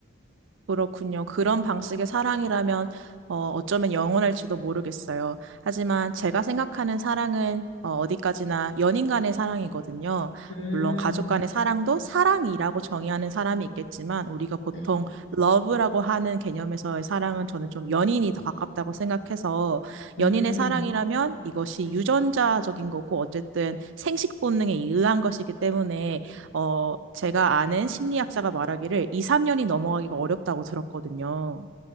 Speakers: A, on the right; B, on the left.
A: 그렇군요. 그런 방식의 사랑이라면 어, 어쩌면 영원할지도 모르겠어요. 하지만 제가 생각하는 사랑은 어, 어디까지나 연인 간의 사랑이거든요.
B: 음,
A: 물론 가족 간의 사랑도 사랑이라고 정의하는 사람이 있겠지만 우리가 보통
B: 네.
A: 러브라고 하는 개념에서의 사랑은 저는 좀 연인이 더 가깝다고 생각해서
B: 음,
A: 연인의 사랑이라면 이것이
B: 네.
A: 유전자적인 거고 어쨌든 생식 본능에 의한 것이기 때문에 어, 제가 아는 심리학자가 말하기를 2, 3년이 넘어가기가 어렵다고 들었거든요.